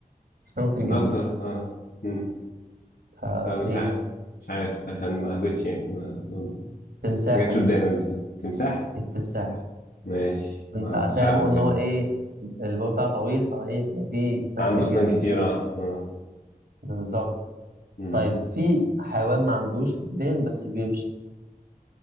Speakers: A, on the right (about 80°); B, on the left (about 75°).
A: سنان كتير
B: من
A: جدا
B: أكتر اه مم.
A: فايه
B: لا مش عارف مش عارف عشان ما أهبطش يعني ما, ما
A: التمساح
B: ما جاتش
A: يا باشا
B: قدامي قبل كده تمساح
A: التمساح
B: ماشي ما
A: انت هتلاقي
B: كنتش عارفه
A: بقول
B: فين
A: ان هو ايه الباب بتاعه طويل فايه بيبقى فيه سنان
B: عنده
A: كتير
B: أسنان
A: جدا
B: كتيرة اه آه.
A: بالظبط
B: مم.
A: طيب في حيوان ما عندوش رجلين بس بيمشي